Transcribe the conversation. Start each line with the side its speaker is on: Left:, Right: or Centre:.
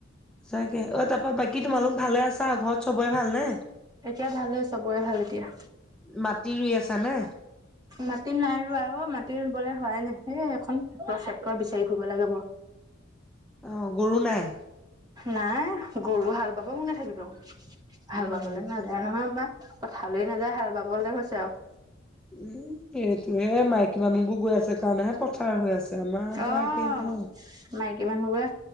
Centre: সঁচাকে অ' তাৰপৰা বাকী তোমালোক ভালে আছা ঘৰত চবৰে ভালনে?
Right: এতিয়া ভালই চবৰে ভাল এতিয়া।
Centre: মাটি ৰুই আছা নে?
Right: মাটি নাই ৰোৱা অ মাটি ৰুবলে হোৱাই নাই এখন ট্ৰেক্টৰ বিচাৰি ফুৰিব লাগিব।
Centre: অ' গৰু নাই?
Right: নাই গৰু হাল বাব কোনে থাকিব, হাল
Centre: উম
Right: বাবলে। নাযায় নহয় আমাৰ পথাৰলৈ নাযায়, হাল বাবলৈ হৈছে আৰু।
Centre: উম সেইটোহে মাইকী মানুহ বোৰ গৈ আছে কাৰণেহে পথাৰ হৈ আছে। আমাৰ
Right: অঁ'
Centre: পৰা একেই নহয়।
Right: মাইকী মানুহবোৰে